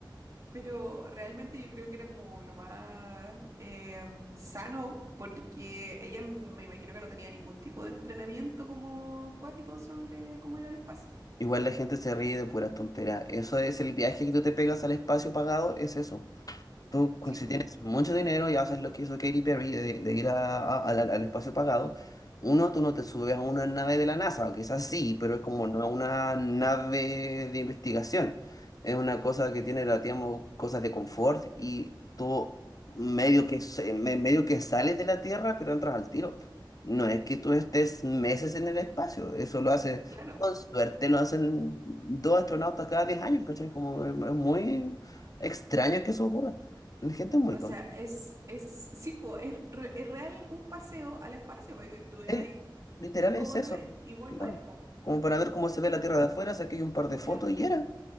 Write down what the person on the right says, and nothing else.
Pero realmente yo creo que era como lo más em, sano, porque ella n- me imagino que no tenía ningún tipo de entrenamiento como acuático sobre cómo ir al espacio.
Sí,
pues,
claro.
O
sea, es, es, sí, pues, es, re- es real un paseo al espacio para que tú veas
cómo
se ve y volváis,
pues.
Pero